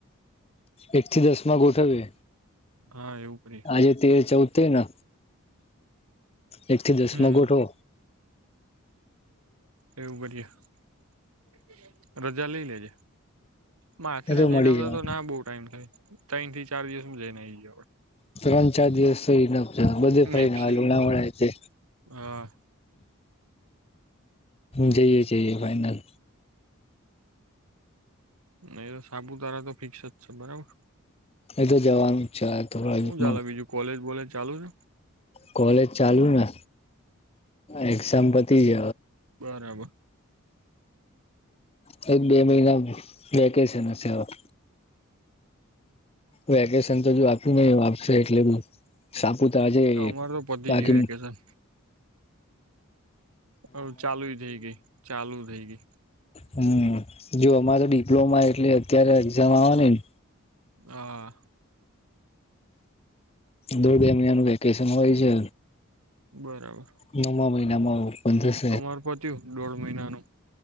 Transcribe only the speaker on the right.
હા એવું કરી
હમ
એવું બઢિયા રજા લઈ લેજ માછરેને
જઈને
આવતા
તો ના બહુ ટાઈમ થાય ત્રણ થી ચાર દિવસ જઈને આવીઈ આપ
આપડે
મેક્સિમમ
હા
હા
ન તો સાપુતારા તો ફિક્સ જ છે બરાબર
હું ચાલે બીજું કોલેજ બોલેજ ચાલુ છે
બરાબર
અમારે તો પતી
ગયું વેકેશન હ ચાલુ થઇ ગઈ ચાલુ થઇ ગઈ
હા
બરાબર
અમારે પત્યું દોઢ મહિનાનું